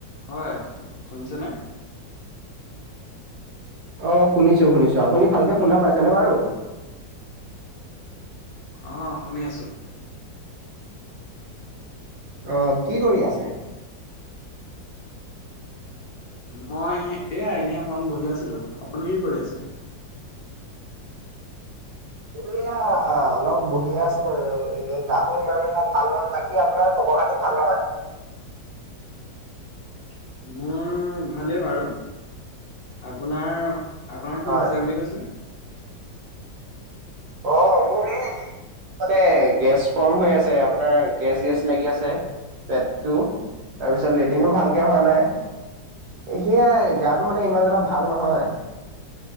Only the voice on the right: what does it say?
অ, শুনিছো-শুনিছো আপুনি ভালকে শুনা পাইছানে বাৰু।
আহ, কি কৰি আছে?
এই এয়া অলপ বহিয় আছো বাৰু এনেই গাটো ইমান এটা ভাল নহয় বাকী আপোনাৰ খবৰ, গাটো ভাল নহয়।
হয়
অ, মোৰ এই, মানে গেছ ফৰ্ম হৈ আছে আপোনাৰ গেছ-গেছ লাগি আছে পেটটো। তাৰপিছত লেটিনো ভালকে হোৱা নাই। সেয়াই গাটো মানে ইমান এটা ভাল নহয়।